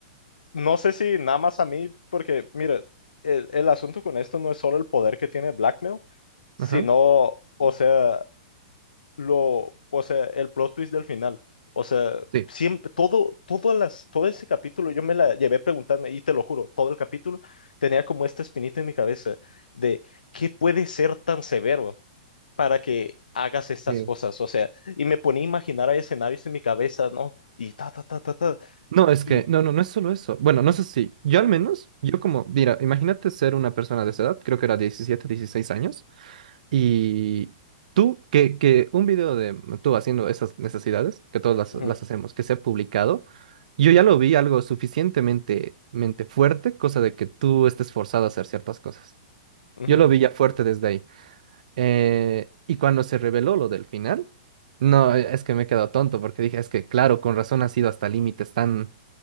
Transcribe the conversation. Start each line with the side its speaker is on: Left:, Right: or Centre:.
Left: No sé si nada más a mí, porque mira, el, el asunto con esto no es solo el poder que tiene Blackmail, sino,
Right: Ajá,
Left: o sea, lo, o sea, el plot twist del final. O sea,
Right: sí,
Left: siempre, todo, todas las, todo ese capítulo, yo me la llevé preguntando, y te lo juro, todo el capítulo tenía como esta espinita en mi cabeza de qué puede ser tan severo para que hagas estas
Right: sí.
Left: cosas. O sea, y me ponía a imaginar a escenarios en mi cabeza, ¿no? Y ta, ta, ta, ta, ta.
Right: No, es que,
Left: Y,
Right: no, no, no es solo eso. Bueno, no sé si, yo al menos, yo como, mira, imagínate ser una persona de esa edad, creo que era 17 16 años, y tú, que, que un video de tú haciendo esas necesidades, que todas las,
Left: ujú,
Right: las hacemos, que sea publicado, yo ya lo vi algo suficientemente mente fuerte, cosa de que tú estés forzado a hacer ciertas cosas.
Left: ujú.
Right: Yo lo vi ya fuerte desde ahí. Eh, y cuando se reveló lo del final, no, eh, es que me he quedado tonto porque dije, es que claro, con razón ha sido hasta límites tan,